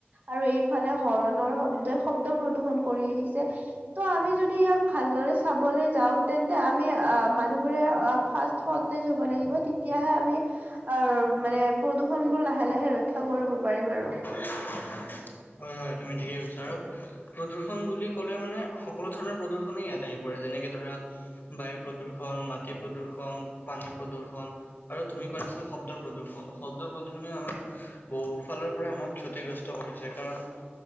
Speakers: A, on the right; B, on the left.
A: আৰু এইফালে হৰণৰ শব্দ শব্দ প্ৰদূ্ষন কৰি আহিছে ত' আমি যদি ইয়াক ভালদৰে চাবলৈ যাওঁ তেন্তে আমি অ মানুহবোৰে ফাৰ্ষ্ হওঁতে যাব লাগিব তেতিয়াহে আমি আহ মানে প্ৰদূষন বোৰ লাহে লাহে ৰক্ষা কৰিব পাৰিম আৰু
B: হয় হয় তুমি ঠিকেই কৈছা আৰু প্ৰদূৰণ বুলি ক'লে মানে সকলো ধৰণৰ প্ৰদূৰণ ইয়াত আহিব যেনেকে ধৰা বায়ু প্ৰদূৰ্ষন মাটি প্ৰদূৰ্ষন পানী প্ৰদূৰ্ষন আৰু তুমি কোৱা আছিলা শব্দ প্ৰদূ্ষন শব্দ প্ৰদূষণে আমাৰ বহু ফালৰ পৰা আমাক ক্ষতিগ্ৰস্ত কৰিছে কাৰণ